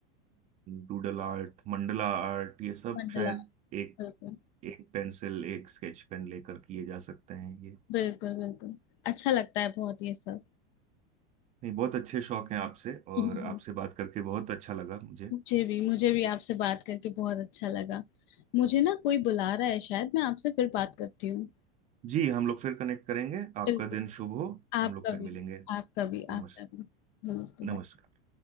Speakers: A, on the right (about 25°); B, on the left (about 55°).
A: डूडल आर्ट मंडला आर्ट ये सब
B: मंडला
A: शायद एक
B: बिल्कुल
A: एक पेंसिल एक स्केच पेन लेकर किए जा सकते हैं ये
B: बिल्कुल बिल्कुल अच्छा लगता है बहुत ये सब
A: नहीं बहुत अच्छे शौक हैं आपसे
B: <laughs>
A: और आपसे बात करके बहुत अच्छा लगा मुझे
B: मुझे भी मुझे भी आपसे बात करके बहुत अच्छा लगा मुझे ना कोई बुला रहा है शायद मैं आपसे फिर बात करती हूँ
A: जी हम लोग फिर कनेक्ट करेंगे आपका
B: बिल्कुल
A: दिन शुभ हो
B: आपका
A: हम लोग फिर
B: भी
A: मिलेंगे
B: आपका भी
A: नमस्ते
B: आपका भी नमस्ते
A: नमस्कार
B: बाय